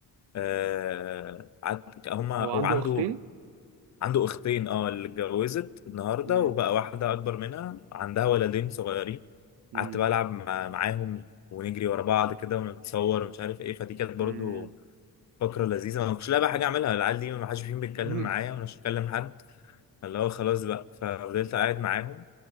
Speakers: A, on the left; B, on the right.
A: آه، قعدت هما
B: هو
A: هو
B: عنده
A: عنده
B: اختين؟
A: عنده اختين اه اللي اتجوزت النهارده
B: مم.
A: وبقى واحدة اكبر منها عندها ولدين صغيرين
B: مم.
A: قعدت بلعب مع... معاهم ونجري ورا بعض كده ونتصور ومش عارف ايه فدي كانت برضو
B: مم.
A: فقرة لذيذة ما كنتش لاقي بقى حاجة أعملها العيال دي ما حدش فيهم بيتكلم
B: مم.
A: معايا ولا بكلم حد اللي هو خلاص بقى ففضلت قاعد معاهم